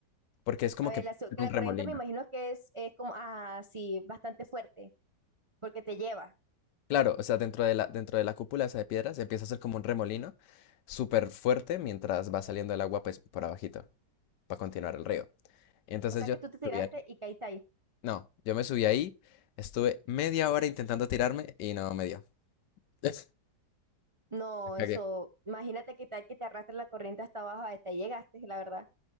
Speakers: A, on the left; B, on the right.
A: porque es como
B: A ver,
A: que
B: la, su- que
A: un
B: la
A: remolino.
B: corriente me imagino que es, es como, ah, sí, bastante fuerte, porque te lleva.
A: Claro, o sea, dentro de la, dentro de la cúpula esa de piedras empieza a ser como un remolino súper fuerte mientras va saliendo el agua pues por abajito para continuar el río. Y entonces
B: O sea,
A: yo
B: que tú te tiraste
A: subí ahí.
B: y caíste ahí.
A: No, yo me subí ahí, estuve media hora intentando tirarme y no me dio. <laughs>
B: No,
A: Me cagué.
B: eso, imagínate que tal que te arrastre la corriente hasta abajo, hasta ahí llegaste, la verdad.